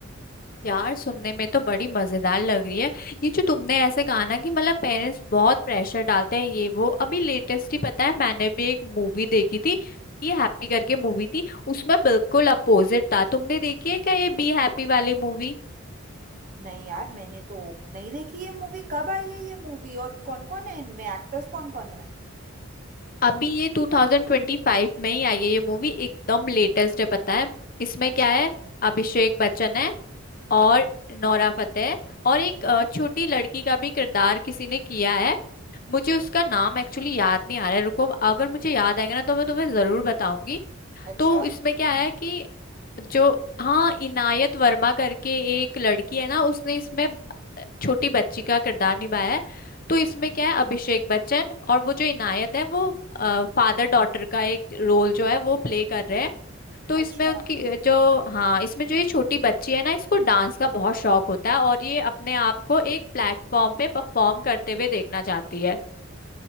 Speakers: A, on the left (about 40°); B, on the right (about 40°).
A: यार सुनने में तो बड़ी मजेदार लग रही है ये जो तुमने ऐसे कहा ना कि मतलब पेरेंट्स बहुत प्रेशर डालते हैं ये वो अभी लेटेस्ट ही पता है मैंने भी एक मूवी देखी थी ये हैप्पी करके मूवी थी उसमें बिल्कुल अपोजिट था तुमने देखी है क्या ये बी हैप्पी वाली मूवी
B: नहीं यार मैंने तो नहीं देखी ये मूवी कब आई है ये मूवी और कौन कौन है इनमें एक्टर्स कौन कौन है
A: अभी ये 2025 में ही आई है ये मूवी एकदम लेटेस्ट है पता है इसमें
B: अच्छा
A: क्या है अभिषेक बच्चन है और नोरा फतेही है, और एक
B: हाँ
A: अ, छोटी लड़की का भी किरदार किसी ने किया है मुझे उसका नाम एक्चुअली याद नहीं आ रहा है रुको अगर मुझे याद आएगा ना तो मैं तुम्हें जरूर बताऊंगी
B: अच्छा
A: तो इसमें क्या है कि जो हाँ इनायत वर्मा करके एक लड़की है ना उसने इसमें छोटी बच्ची का किरदार निभाया है तो इसमें क्या है अभिषेक बच्चन और वो जो इनायत है वो फादर डॉटर का एक रोल जो है वो प्ले कर रहे हैं तो इसमें
B: अच्छा
A: उनकी अ, जो हाँ इसमें जो ये छोटी बच्ची है ना इसको डांस का बहुत शौक होता है और ये अपने आप को एक प्लेटफॉर्म पे परफॉर्म करते हुए देखना चाहती है